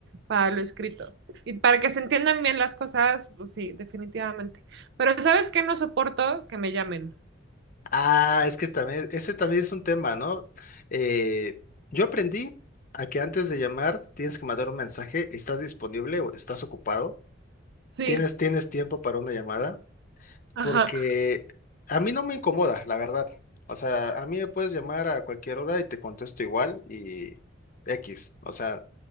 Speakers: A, on the right (about 55°); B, on the left (about 40°).
A: para lo escrito. Y para que se entiendan bien las cosas, pues sí, definitivamente. Pero ¿sabes qué? No soporto que me llamen.
B: Ah, es que también, ese también es un tema, ¿no? Eh, yo aprendí a que antes de llamar tienes que mandar un mensaje, ¿estás disponible o estás ocupado?
A: Sí,
B: ¿Tienes, tienes tiempo para una llamada?
A: ajá.
B: porque a mí no me incomoda, la verdad. O sea, a mí me puedes llamar a cualquier hora y te contesto igual y X. O sea,